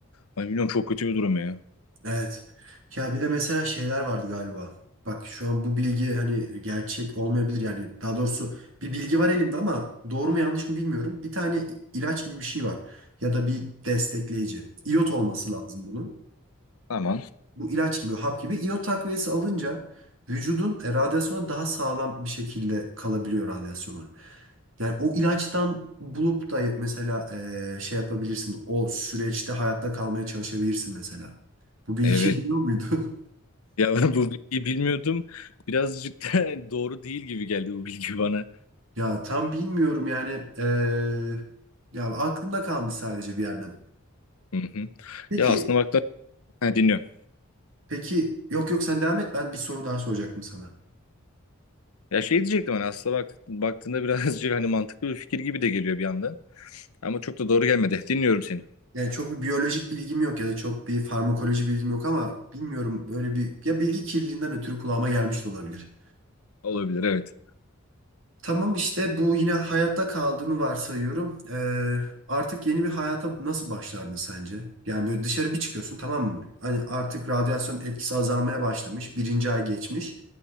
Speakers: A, on the left; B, on the right.
A: Hani bilmiyorum çok kötü bir durum ya.
B: Evet. Ya bir de mesela şeyler vardı galiba. Bak şu an bu bilgi hani gerçek olmayabilir yani daha doğrusu bir bilgi var elimde ama doğru mu yanlış mı bilmiyorum. Bir tane ilaç gibi bir şey var ya da bir destekleyici. İyot olması lazım bunun.
A: Tamam.
B: Bu ilaç gibi hap gibi iyot takviyesi alınca vücudun e, radyasyona daha sağlam bir şekilde kalabiliyor radyasyona. Yani o ilaçtan bulup da mesela e, şey yapabilirsin o süreçte hayatta kalmaya çalışabilirsin mesela. Bu bilgiyi
A: Evet.
B: <laughs> biliyor
A: <laughs>
B: muydun?
A: Ya ben bu bilgiyi bilmiyordum. Birazcık da <laughs> doğru değil gibi geldi bu bilgi bana.
B: Ya tam bilmiyorum yani eee, ya aklımda kalmış sadece bir yerden.
A: Hı hı.
B: Peki
A: Ya aslında baktığında Ha, dinliyorum.
B: peki yok yok sen devam et ben bir soru daha soracaktım sana.
A: Ya şey diyecektim hani aslında bak, baktığında <laughs> birazcık hani mantıklı bir fikir gibi de geliyor bir anda. Ama çok da doğru gelmedi. Dinliyorum seni.
B: Yani çok bir biyolojik bilgim yok ya da çok bir farmakoloji bilgim yok ama bilmiyorum böyle bir ya bilgi kirliliğinden ötürü kulağıma gelmiş de olabilir.
A: Olabilir evet.
B: Tamam işte bu yine hayatta kaldığını varsayıyorum. Ee, artık yeni bir hayata nasıl başlardın sence? Yani böyle dışarı bir çıkıyorsun tamam mı? Hani artık radyasyon etkisi azalmaya başlamış. Birinci ay geçmiş.